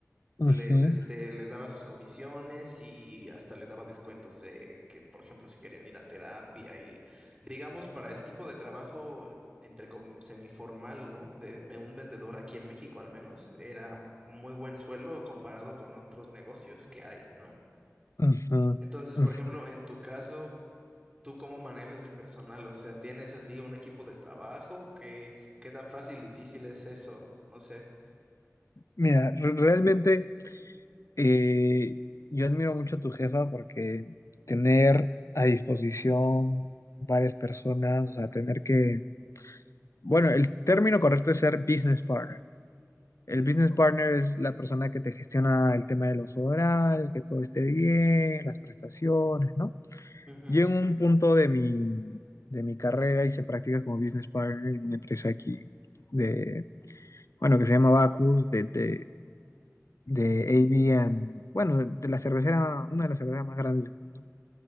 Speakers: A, on the left; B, on the right.
A: Ujú,
B: les,
A: ujú,
B: este, les daba sus comisiones y hasta les daba descuentos de que, por ejemplo, si querían ir a terapia y, digamos, para el tipo de trabajo entre com- semiformal, ¿no? De, de un vendedor aquí en México al menos, era un muy buen sueldo comparado con otros negocios que hay, ¿no?
A: ujú.
B: Entonces,
A: ujú.
B: por ejemplo, en tu caso, ¿tú cómo manejas el personal? O sea, ¿tienes así un equipo de trabajo? ¿Qué, qué tan fácil, difícil es eso? No sé.
A: Mira, re- realmente eh, yo admiro mucho a tu jefa porque tener a disposición varias personas, o sea, tener que, bueno, el término correcto es ser business partner, El business partner es la persona que te gestiona el tema de los horarios, que todo esté bien, las prestaciones, ¿no?
B: Ujú,
A: Yo en un punto de mi, de mi carrera hice prácticas como business partner en una empresa aquí de, bueno, que se llama Bacus, de, de, de AB, and- bueno, de, de la cervecera, una de las cerveceras más grandes del mundo.